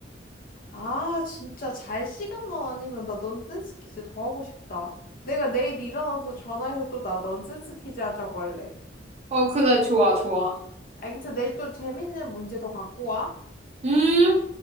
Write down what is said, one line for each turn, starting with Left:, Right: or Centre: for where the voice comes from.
Left: 아, 진짜 잘 시간만 아니면 나 넌센스 퀴즈 더 하고 싶다. 내가 내일 일어나서 전화해서 또 나 넌센스 퀴즈 하자고 할래.
Right: 어, 그래 좋아 좋아.
Left: 알겠어? 내일 또 재밌는 문제 더 갖고 와.
Right: 음.